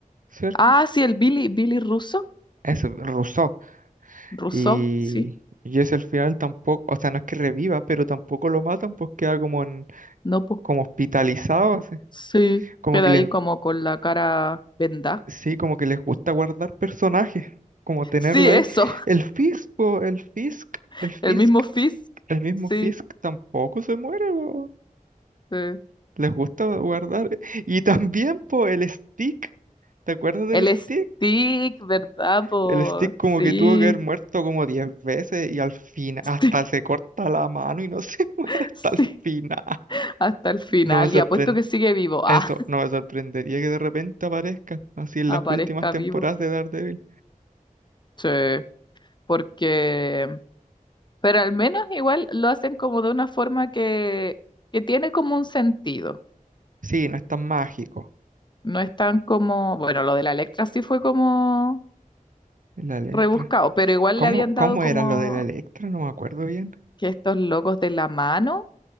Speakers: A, on the right; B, on the left.
A: ¿cierto?
B: Ah, sí, el Billy, Billy Russo.
A: eso ruso.
B: Russo,
A: Y,
B: sí.
A: y es el final tampoco, o sea, no es que reviva, pero tampoco lo matan, pues queda como en,
B: No, po.
A: como hospitalizado, así.
B: Sí,
A: Como
B: queda
A: que les,
B: ahí como con la cara vendada.
A: sí, como que les gusta guardar personajes, como tenerlo
B: Sí,
A: ahí.
B: eso.
A: El Fisk, po, el Fisk,
B: <laughs>
A: el Fisk.
B: El mismo Fisk.
A: El mismo
B: Sí,
A: Fisk tampoco se muere, po.
B: sí.
A: Les gusta guardar. Y también, po, el Stick. ¿Te acuerdas del
B: El
A: Stick?
B: Stick, ¿verdad, po?
A: El Stick como
B: Sí,
A: que tuvo que haber muerto como 10 veces y al final hasta
B: sí.
A: se corta la mano y no se <laughs> muere
B: <laughs>
A: hasta
B: Sí.
A: el final.
B: hasta el final
A: No me sorprende.
B: y apuesto que sigue vivo. Ah,
A: Eso, no me sorprendería que de repente aparezca así en
B: aparezca
A: las últimas temporadas
B: vivo.
A: de Daredevil.
B: Sí, porque... Pero al menos igual lo hacen como de una forma que, que tiene como un sentido.
A: Sí, no es tan mágico.
B: No es tan como... Bueno, lo de la Electra sí fue como
A: La Electra.
B: rebuscado, pero igual
A: ¿Cómo,
B: le habían
A: cómo
B: dado como
A: era lo de la Electra? No me acuerdo bien.
B: que estos locos de la mano